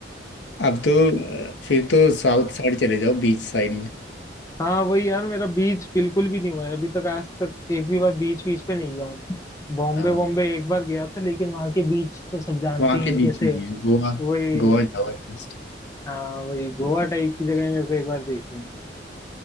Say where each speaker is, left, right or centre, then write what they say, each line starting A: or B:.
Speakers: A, on the left; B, on the left.
A: <laughs> अब तो अ, फिर तो साउथ साइड चले जाओ बीच साइड में
B: हाँ वही यार मेरा बीच बिल्कुल भी नहीं हुआ है अभी तक आज तक एक भी बार बीच बीच पे नहीं गया हूँ मैं बॉम्बे
A: हाँ
B: बॉम्बे एक बार गया था लेकिन वहां के बीच तो सब जानते
A: वहाँ
B: ही
A: के
B: हैं
A: बीच
B: कैसे
A: नहीं है गोवा
B: वही
A: गोवा जाओ एटलीस्ट
B: हाँ वही गोवा टाइप की जगह मेरे को एक बार देखनी